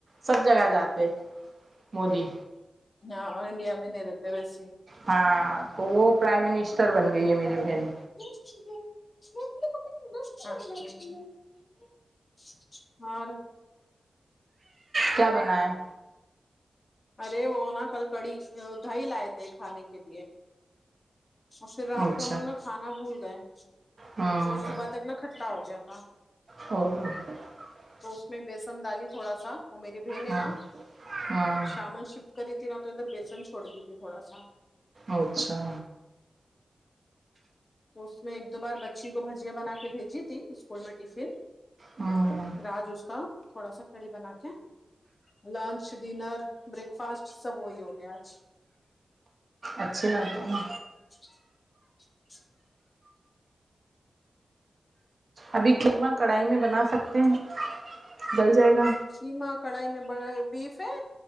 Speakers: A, on the right (about 55°); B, on the left (about 40°).
A: سب جگہ جاتے مودی
B: ہاں اورانڈیا میں نہیں رہتے ہے بس
A: ہاں تو وہ پرائم منسٹر بن گئی ہے میری بہن
B: <unintelligible> اور
A: کیا بنایا
B: ارے وہ نا کل کڑی دہی لائے تھے کھانے کے لیے اور پھر رات
A: اچھا
B: کو ہم لوگ نا کھانا بھول گئے
A: ہاں
B: تو صبح تک نہ کھٹا ہو گیا تھا
A: اور
B: تو اس میں بیسن ڈالی تھوڑا سا وہ میری بہن
A: ہاں
B: ہے نا
A: ہاں
B: شامن شفٹ کری تھی نہا تو ادھر بیسن چھوڑ دی تھی تھوڑا سا
A: اچھا
B: تو اس میں ایک دو بار بچی کو بھجیاں بنا کے بھیجی تھی اسکول میں ٹفن
A: ہاں
B: راج اس کا تھوڑا سا کڑی بنا کے لنچ ڈنر بریک فاسٹ سب وہی ہو گیا آج
A: اچھے آ تے نا
B: <inaudible>
A: ابھی قیمہ کڑھائی میں بنا سکتے ہیں گل جائے گا
B: شیما کڑھائی میں بڑا بیف ہے